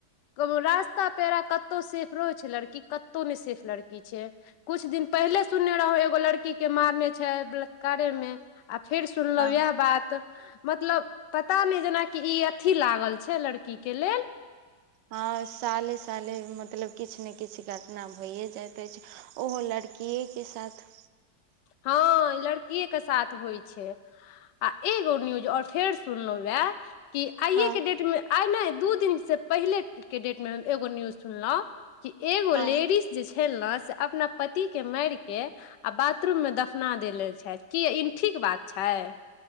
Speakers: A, on the left; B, on the right.
A: कबो रास्ता पेरा कतहु सेफ रहो छै लड़की कतौ नहि सेफ लड़की छै कुछ दिन पहिले सुनने रहौ एगो लड़की के मारने छै बलातकारेमे आ फेर सुनलहु
B: हँ
A: इएह बात मतलब पता नैय जेनाकि ई अथी लागल छै लड़की के लेल
B: हँ साले साले मतलब किछ ने किछ घटना भइए जाइत अछि ओहो लड़किये के साथ
A: हँ लड़किये के साथ होइ छैय आ एगो न्यूज ओर फेर सुनलहुँ एह कि आइएके
B: हँ
A: डेटमे आइ नहि दू दिनसँ पहिलेके डेटमे हम एगो न्यूज सुनलहुँ कि एगो
B: हँ
A: लेडीस जे छै ने से अपना पति के मार के आ बात बाथरूम मे दफना देने छैय कि ई ठीक बात छैय